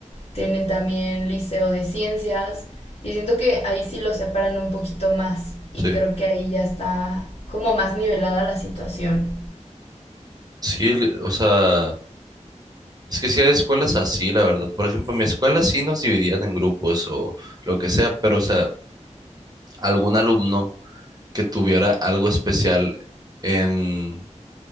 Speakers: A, on the left; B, on the right.
A: tienen también liceo de ciencias y siento que ahí sí lo separan un poquito más y
B: sí.
A: creo que ahí ya está como más nivelada la situación.
B: Sí, el- o sea, es que sí hay escuelas así, la verdad. Por ejemplo, en mi escuela sí nos dividían en grupos o lo que sea, pero o sea, algún alumno que tuviera algo especial en...